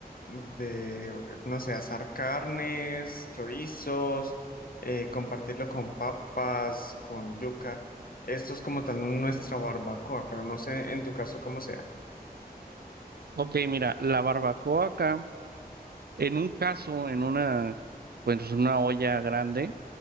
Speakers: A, on the left; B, on the right.
A: de, no sé, asar carnes, chorizos, eh, compartirlo con papas, con yuca. Esto es como tal nuestra barbacoa, pero no sé en tu caso cómo sea.
B: Ok, mira, la barbacoa acá, en un caso, en una, pues una olla grande.